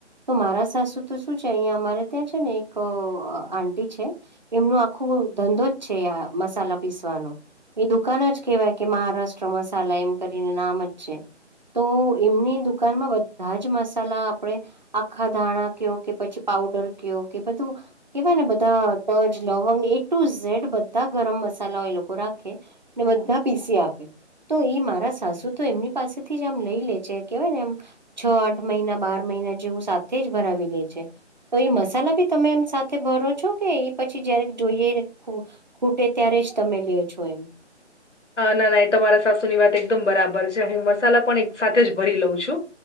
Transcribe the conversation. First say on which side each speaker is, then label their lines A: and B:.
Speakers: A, on the right; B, on the left.
A: તો મારા સાસુ તો શું છે અહિયા અમારે ત્યાં છે ને એક આટી છે. એમનું આખું ધંધો જ છે આ મસાલા પીસવાનો એ દુકાન જ કેહેવાય કે મહારાષ્ટ્ર મસાલા એમ કરીને નામ જ છે. તો એમની દુકાનમાં બધા જ મસાલા આપણેે આખા ધાણા કયો કે પછી પઉડર કયો કે બધું કેવાય ને બધા તજ લવંગ એ ટુ ઝેડ બધા ગરમ મસાલા એ લોકો રાખે. ને બધા પીસી આપે. તો એ મારા સાસુ તો એમની પાસેથી જ આમ લઈ લે છે કેવાય ને આમ છ આઠ મહિના બાર મહિના જેવું સાથે જ ભરાવી લે છે. તો એ મસાલા બી તમે એમ સાથે ભરો છો કે એ પછી જયારે જોઈએ <unintelligible> કૂટે ત્યારે જ તમે લો છો એમ.
B: ના ના એ તમારા સાસુ ની વાત એકદમ બરાબર છે હું મસાલા પણ એક સાથે જ ભરી લઉં છું.